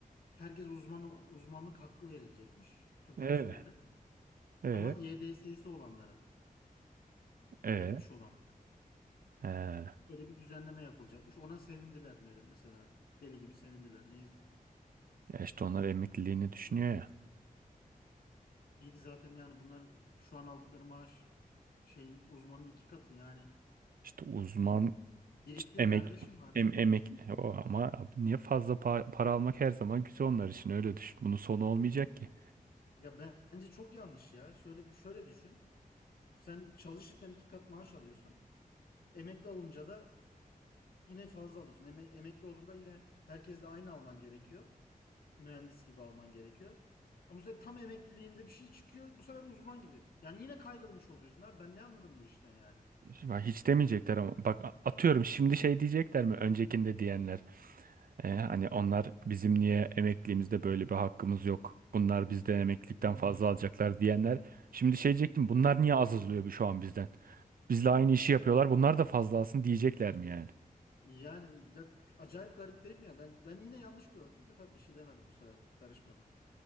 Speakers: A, on the left; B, on the right.
A: Herkes uzman uzmanlık hakkı verilecekmiş tüm personele.
B: Evet. Evet.
A: Ama YDS'si olanlara,
B: Evet.
A: 70 olanlara
B: Ee,
A: böyle bir düzenleme yapılacakmış. Ona sevindiler böyle mesela deli gibi sevindiler. Niye izle?
B: Ya işte onlar emekliliğini düşünüyor ya.
A: İyiydi zaten yani bunlar şu an aldıkları maaş şeyin uzmanın iki katı yani.
B: İşte uzman
A: Biriktir
B: işte emek
A: kardeşim var.
B: em, emek
A: <laughs>
B: e, o ama abi niye fazla pa- para almak her zaman güzel onlar için öyle düşün. Bunun sonu olmayacak ki.
A: Ya ben- bence çok yanlış ya. Şöyle şöyle düşün. Sen çalışırken iki kat maaş alıyorsun. Emekli olunca da yine fazla alıyorsun. Eme- emekli olduğunda yine herkesle aynı alman gerekiyor. Mühendis gibi alman gerekiyor. Ama bu sefer tam emekliliğinde bir şey çıkıyor. Bu sefer uzman gibi. Yani yine kayrılmış oluyorsun ha. Ben ne anladım bu işten yani?
B: Ya Hiç demeyecekler ama bak a- atıyorum şimdi şey diyecekler mi öncekinde diyenler Ee, hani onlar bizim niye emekliliğimizde böyle bir hakkımız yok bunlar bizden emeklilikten
A: Hı. hı.
B: fazla alacaklar diyenler şimdi şey diyecektim bunlar niye az alıyor şu an bizden Bizle aynı işi yapıyorlar. Bunlar da fazla alsın diyecekler mi yani?
A: Yani ya, acayip garip değil mi ya? Ben ben yine yanlış gördüm de tabii bir şey demedim bu sefer. Karışmadım.